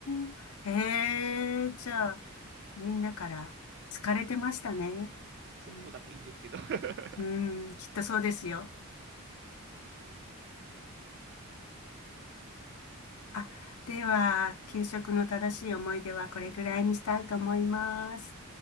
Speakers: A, on the left; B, on the right.
A: ーん。へえ、じゃあ、みんなから疲れてましたね。
B: そうそうだといいんですけど。
A: うん、
B: <laughs>
A: うーん、きっとそうですよ。あ、では、給食の正しい思い出はこれぐらいにしたいと思います。